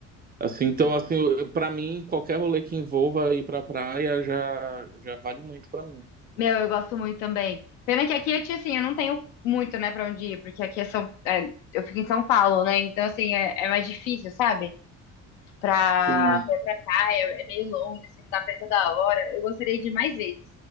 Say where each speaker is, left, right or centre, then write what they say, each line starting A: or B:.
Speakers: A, on the right; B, on the left.
A: assim, então assim, para mim, qualquer rolê que envolva ir pra praia já já vale muito pra mim.
B: Meu, eu gosto muito também. Pena que aqui, eu, tinha, assim, eu não tenho muito, né, pra onde ir, porque aqui é São, é, eu fico em São Paulo, né? Então, assim, é, é mais difícil, sabe? pra,
A: Sim.
B: pra, ir pra cá, é, é meio longe, assim, não dá pra ir toda hora. Eu gostaria de ir mais vezes.